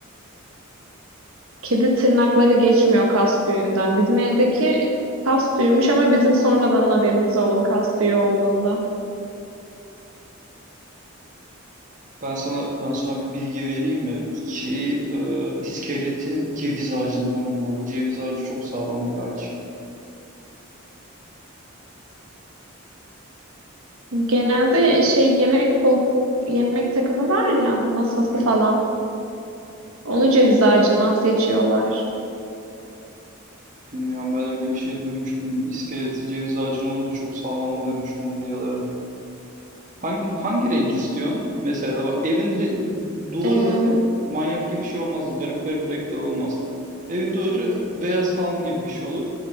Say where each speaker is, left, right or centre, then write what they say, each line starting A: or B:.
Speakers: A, on the right; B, on the right.
A: Kedi tırnakları geçmiyor kas tüyünden. Bizim evdeki kas tüyüymüş ama bizim sonradan haberimiz oldu kas tüyü olduğundan.
B: Ben sana ben sana bir bilgi vereyim mi? Şeyi, e, iskeleti ceviz ağacından olmalı. Ceviz ağacı çok sağlam bir ağaç.
A: Genelde şey yemek kol yemek takımı var ya masası
B: Hı.
A: falan. Onu ceviz ağacından seçiyorlar.
B: Bilmiyorum ben öyle bir şey duymuştum. İskeleti ceviz ağacının olunca çok sağlam oluyormuş mobilyaların. Hangi, hangi renk istiyorsun? Mesela bak evin re- duvarı
A: Ee,
B: zaten manyak gibi bir şey olmaz. Garip garip renkler olmaz. Evin duvarı beyaz falan gibi bir şey olur.